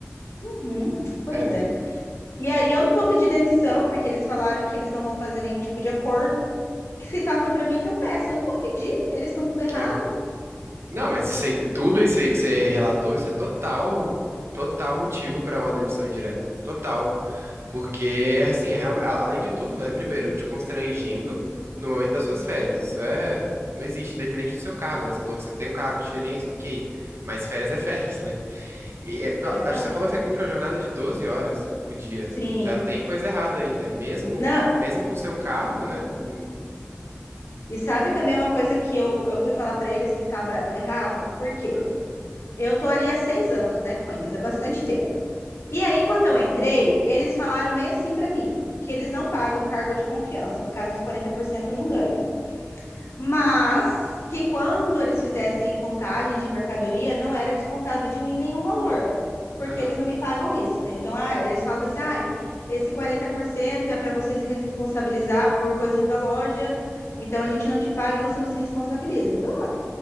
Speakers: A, on the left; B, on the right.
A: Uhum, pois
B: É,
A: é. E aí eu não vou pedir demissão, porque eles falaram que eles não vão fazer nenhum tipo de acordo. Que se tá ruim pra mim, que eu peço. Eu não vou pedir, eles estão tudo errado.
B: é. Não, mas isso aí, tudo isso aí que você relatou, isso é total, total motivo pra uma demissão indireta. Total. Porque, assim, é realme- a- além de tudo, né? Primeiro, te constrangendo no momento das suas férias. Isso é. Não existe, independente do seu cargo, né? Você falou que você tem um cargo de gerência, ok. Mas férias é férias, né? E é, pra-
A: Exato.
B: acho que você falou que você cumpre a jornada de 12 horas por dia.
A: Sim.
B: Já tem coisa errada aí, né? Mesmo,
A: Não.
B: mesmo com seu cargo, né? Hum,
A: E sabe também uma coisa que eu, eu fui falar pra eles que tava errado? Por quê?
B: ah,
A: Eu tô ali há seis anos, né, com eles, é bastante tempo. E aí, quando eu entrei, eles falaram bem assim pra mim, que eles não pagam cargo de confiança. No caso, os 40% eu não ganho. Mas que quando eles fizessem contagem de mercadoria, não era descontado de mim nenhum valor, porque
B: Aham.
A: eles não me pagam isso, né? Então, ah, eles falam assim, ai, esse 40% é para você se responsabilizar por coisas da loja, então a gente não te paga e você não se responsabiliza. Então,